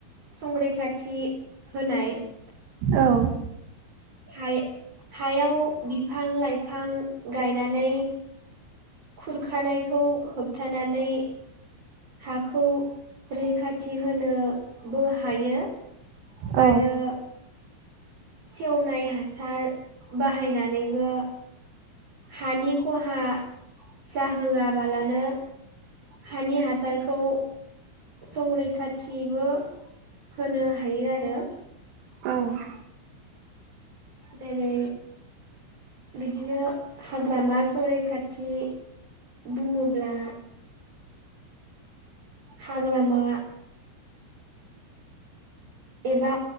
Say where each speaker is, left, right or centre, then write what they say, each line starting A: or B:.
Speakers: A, on the right; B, on the right.
A: संरैखाथि होनाय ।
B: औ ।
A: हाय हायाव बिफां लाइफां गायनानै खुरखानायखौ होबथानानै हाखौ रैखाथि होनो बो हायो ।
B: औ
A: आरो सेवनाय हासार बाहायनानैबो हानि खहा जाहोआबालानो हानि हासारखौ संरैखाथिबो होनो हायो आरो ।
B: औ ।
A: जेरै बिदिनो हाग्रामा सरैखाथि बुङोब्ला हाग्रामा एबा